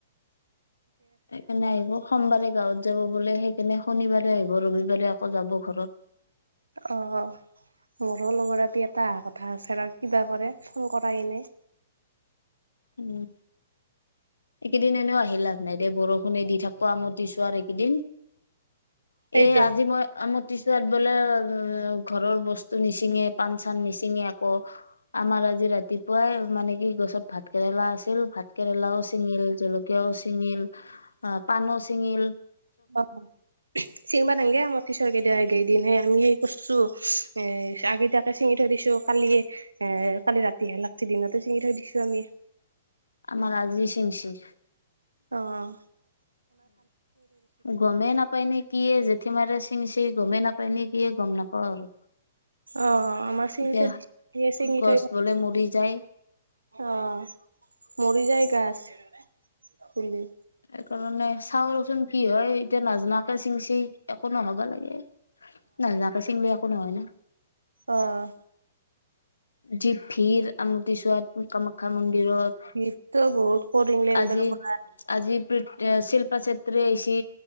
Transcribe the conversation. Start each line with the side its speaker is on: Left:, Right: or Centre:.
Left: সেইকাৰণে আহিব সোমবাৰে। গাঁৱত যাব বোলে সেইকাৰণে শনিবাৰে আহিব ৰবিবাৰে আকৌ যাব ঘৰত।
Right: অ মোৰো লগৰ আপী এটা অহা কথা আছে আৰু কিবা কৰে ফোন কৰা নাই।
Left: উম। এনেও আহিলাভ নাই দে বৰষুণে দি থাকো। পোৰা মতিছো আৰু এইকেইদিন
Right: সেইটো
Left: এ আজি মই আম টিছাত বোলে ঘৰৰ বস্তু নিচিঙে পাণ চান নিচিঙে আকৌ আমাৰ আজি ৰাতিপুৱাই মানে কি গছত ভাত কেৰেলা আছিল ভাত কেৰেলাও। চিঙিল জলকীয়াও চিঙিল অ পানও চিঙিল।
Right: অ চিঙবা নংগে আমাৰ পিছৰ কেইদগেইদিনহে আমি সেই কৰছো। এ আগেইতাকে চিঙি থৈ দিছো কালি। এ কালি ৰাতিহে লাগছি দিনতে চিঙি থৈ দিছো আমি।
Left: আমাৰ আজি চিংচি।
Right: অঁহ।
Left: গমেই নাপায় নে কি জেঠি মাৰে। ছিঙিছে গমেই নাপায় নে কি গম নাপওঁ আৰু।
Right: অ আমাৰ চিঙিঠৈ
Left: এতিয়া
Right: দি চিঙিঠৈ
Left: গছ বোলে মৰি যায়
Right: আহ মৰি জায়গা আছে <unintelligible> শুলি।
Left: সেইকাৰণে চাও ৰচোন কি হয় এতিয়া নাজাকে চিংচি একো নহবা লাগে। নজনাকে চিঙিলে একো হয় ন।
Right: অহ।
Left: যি ভীৰ আমতি ছৱাত কম। শা মন্দিৰত
Right: শীতটো বহুত কৰে ইংলেণ্ডৰ
Left: আজি
Right: পৰা
Left: আজি শিল্পা চেত্ৰী আহিছি